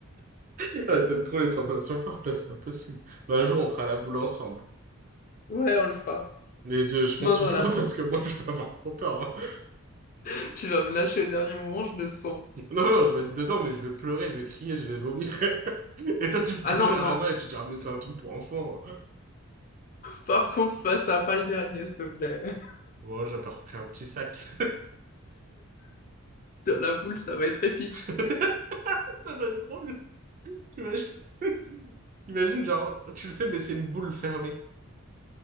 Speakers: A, on the right; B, on the left.
A: Ouais, T'aimes trop les sensations fortes, là, c'est pas possible. Bah, un jour, on fera la boule ensemble.
B: Ouais, on le fera.
A: Mais je, je compte
B: Main
A: sur
B: dans la
A: toi
B: main.
A: parce que moi, je vais avoir trop peur. hein.
B: <laughs> Tu vas me lâcher au dernier moment, je le sens.
A: Non, non, je vais être dedans, mais je vais pleurer, je vais crier, je vais vomir. <laughs> Et toi, tu me tiendras
B: Ah non, mais non.
A: la main et tu diras, mais c'est un truc pour enfants.
B: Par contre, fais ça, pas le dernier, s'il te plaît. <laughs>
A: Bon, j'ai pas repris un petit sac.
B: Dans la boule, ça va être épique.
A: <laughs> Ça doit être drôle. T'imagines, <laughs> t'imagines, genre, tu le fais, mais c'est une boule fermée.